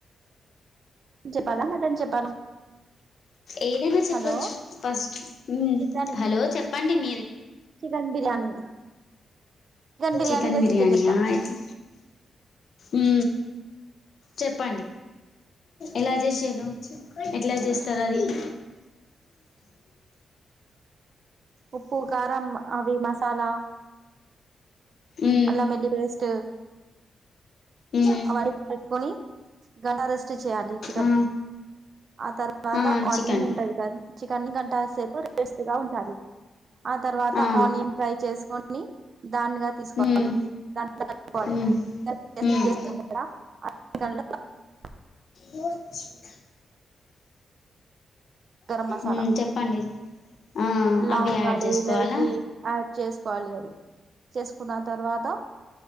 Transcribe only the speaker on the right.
కెన్ చెప్పాలా మటన్ చెప్పాలా
హలో
చికెన్
chicken biryani biryani
recipe
చెప్తా
ఉప్పు కారం అవి మసాలా
అల్లా మెల్లి పేస్ట్
ఆయిల్ ని గడారెస్ట్ చేయాలి చికెన్
ఆ తర్వా తర్వాత
ఆనియన్
ఉంటది కదా చికెన్ గంట సేపు రెస్టగా ఉంచాలి ఆ తర్వాత
ఆనియన్ ఫ్రై చేసుకొని <unintelligible>
<inaudible>
గరం మసాలా
లవంగాలు
ఇలాచి యాడ్ చేసుకోవాలి అది చేసుకున్న తర్వాత